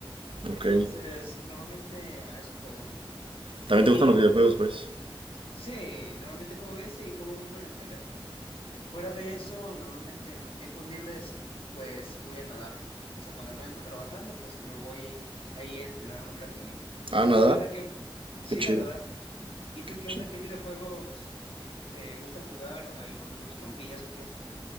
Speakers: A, on the left; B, on the right.
A: Entonces,
B: ok.
A: normalmente a ese juego.
B: ¿También
A: Y
B: te gustan los
A: un,
B: videojuegos, pues?
A: sí, normalmente juego ese y juego uno en el teléfono. Fuera de eso, normalmente en los tiempos libres, pues voy a nadar. O sea, cuando me ando trabajando, pues me voy ahí a entrenar un ratillo.
B: Ah,
A: ¿Y
B: nadar.
A: tú qué onda? ¿Qué... Sí,
B: Qué chido,
A: a nadar. ¿Y tú
B: qué
A: qué
B: chido.
A: onda? ¿Qué videojuegos te gusta jugar ahí con tus compillas o qué?